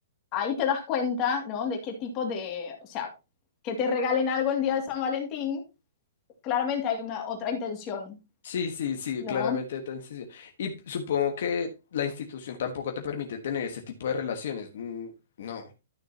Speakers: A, on the left; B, on the left.
A: ahí te das cuenta, ¿no? De qué tipo de, o sea, que te regalen algo el día de San Valentín, claramente hay una otra intención,
B: Sí, sí, sí,
A: ¿no?
B: claramente otra institución. Y supongo que la institución tampoco te permite tener ese tipo de relaciones. Mm, No.